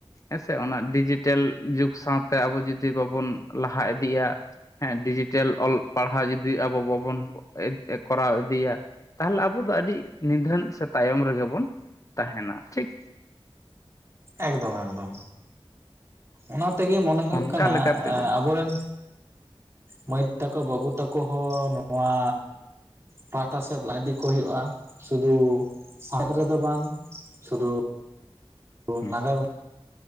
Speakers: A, on the left (about 35°); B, on the right (about 30°).
A: ᱦᱮᱸᱥᱮ ᱚᱱᱟ ᱰᱤᱡᱤᱴᱮᱞ ᱡᱩᱜᱽ ᱥᱟᱶᱛᱮ ᱟᱵᱚ ᱡᱩᱫᱤ ᱵᱟᱹᱵᱚᱱ ᱞᱟᱦᱟ ᱤᱫᱤᱭᱼᱟ ᱦᱮᱸ ᱰᱤᱡᱤᱴᱮᱞ ᱚᱞ ᱯᱟᱲᱦᱟᱣ ᱡᱩᱫᱤ ᱟᱵᱚ ᱵᱟᱵᱚᱱ ᱮᱰ ᱠᱚᱨᱟᱣ ᱤᱫᱤᱭᱟ ᱛᱟᱦᱚᱸᱞᱮ ᱟᱵᱚ ᱟᱸᱵᱚ ᱫᱚ ᱟᱹᱰᱤ ᱱᱤᱫᱷᱟᱹᱱ ᱥᱮ ᱛᱟᱭᱚᱢ ᱨᱮᱹᱜᱮ ᱵᱚᱱ ᱛᱟᱦᱮᱱᱟᱹ ᱴᱷᱤᱠ
B: ᱮᱠᱫᱚᱢ ᱮᱠᱫᱚᱢ ᱚᱱᱟ ᱛᱮᱜᱮ ᱢᱚᱱᱮ ᱦᱩᱭᱩᱜ
A: ᱚᱱᱠᱟ
B: ᱠᱟᱱᱟ
A: ᱞᱮᱠᱟ ᱛᱮᱜᱮ
B: ᱟᱵᱚ ᱨᱮᱱ ᱢᱟᱹᱭ ᱛᱟᱠᱚ ᱵᱟᱹᱵᱩ ᱛᱟᱠᱚ ᱦᱚᱸ ᱱᱚᱸᱣᱟ ᱯᱟᱦᱟᱴᱟ ᱥᱮᱫ ᱞᱟ ᱤᱫᱤ ᱠᱚ ᱦᱩᱭᱩᱜᱼᱟ ᱥᱩᱫᱩ ᱥᱟᱵᱽ ᱨᱮᱫᱚ ᱵᱟᱝ ᱥᱩᱫᱩ ᱛᱚ
A: ᱦᱮᱸ
B: ᱱᱟᱜᱟᱢ